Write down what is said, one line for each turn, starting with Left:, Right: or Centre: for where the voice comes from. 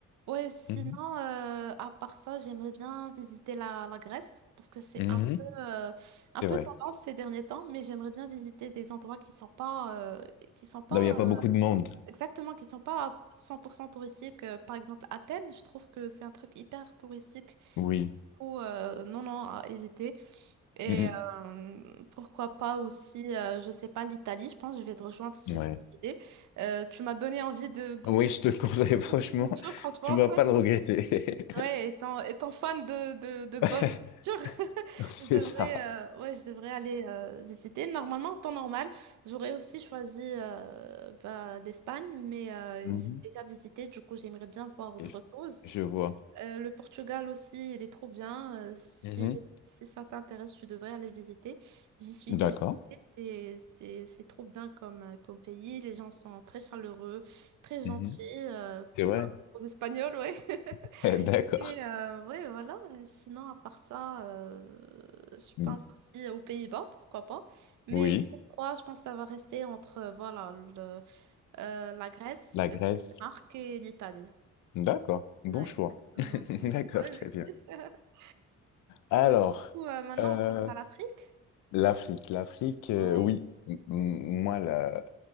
Right: Ouais, sinon,
Left: Mhm.
Right: euh, à part ça, j'aimerais bien visiter la, la Grèce parce que c'est
Left: Mhm.
Right: un peu, euh, un
Left: C'est
Right: peu
Left: vrai.
Right: tendance ces derniers temps, mais j'aimerais bien visiter des endroits qui sont pas, euh, qui sont pas
Left: Là où il n'y a pas beaucoup de monde.
Right: Exactement, qui sont pas à 100% touristiques. Euh, Par exemple, Athènes, je trouve que c'est un truc hyper touristique.
Left: Oui.
Right: Du coup, euh, non, non, à éviter. Et
Left: Mhm.
Right: euh, pourquoi pas aussi, euh, je sais pas, l'Italie, je pense que je vais te rejoindre sur
Left: Ouais.
Right: cette idée. Euh, tu m'as donné envie de goûter
Left: Oui, je te le conseille, <laughs> franchement,
Right: <laughs> des choses, franchement.
Left: tu vas pas le regretter.
Right: Ouais, étant, étant fan de, de, de bonne
Left: <laughs>
Right: culture, <laughs>
Left: C'est
Right: je devrais,
Left: ça.
Right: euh, ouais, je devrais aller euh, visiter. Normalement, en temps normal, j'aurais aussi choisi euh, bah, l'Espagne, mais euh,
Left: Mhm.
Right: j'ai déjà visité, du coup, j'aimerais bien voir autre
Left: Je
Right: chose.
Left: je vois.
Right: Euh, le Portugal aussi, il est trop bien. euh, si,
Left: Mhm.
Right: si ça t'intéresse, tu devrais aller visiter. J'y suis
Left: D'accord.
Right: déjà allée, C'est, c'est, c'est trop bien comme, euh, comme pays. Les gens sont très chaleureux, très
Left: Mhm.
Right: gentils. euh,
Left: C'est vrai.
Right: par rapport aux Espagnols, ouais. <laughs>
Left: <laughs> D'accord.
Right: Et euh, ouais, voilà. Euh, Sinon, à part ça, euh, je
Left: Mm.
Right: pense aussi aux Pays-Bas, pourquoi pas. Mais
Left: Oui,
Right: mon top 3, je pense que ça va rester entre euh, voilà, le- euh, la Grèce,
Left: la Grèce.
Right: le Danemark et l'Italie.
Left: D'accord, bon
Right: Ouais,
Left: choix.
Right: exactement.
Left: <laughs>
Right: Ouais,
Left: D'accord,
Right: ouais, merci.
Left: très bien.
Right: <laughs>
Left: Alors,
Right: Bah, du coup, euh, maintenant,
Left: euh,
Right: on passe à l'Afrique.
Left: l'Afrique, l'Afrique, euh,
Right: Ouais.
Left: oui, M- m- moi, la,